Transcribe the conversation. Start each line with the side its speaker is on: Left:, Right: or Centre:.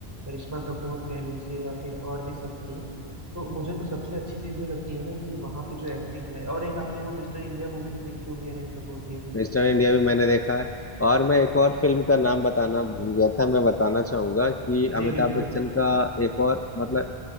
Right: करिश्मा कपूर कह लीजिए या फिर और भी सब थी तो मुझे तो सबसे अच्छी चीज ये लगती है ना कि वहाँ पे जो एक्टिंग है और एक आपने वो मिस्टर इंडिया मूवी भी देखी होगी अनिल कपूर की
Left: मिस्टर इंडिया भी मैंने देखा है और मैं एक और फिल्म का नाम बताना भूल गया था मैं बताना चाहूंगा कि अमिताभ
Right: जी बिल्कुल
Left: बच्चन का एक और मतलब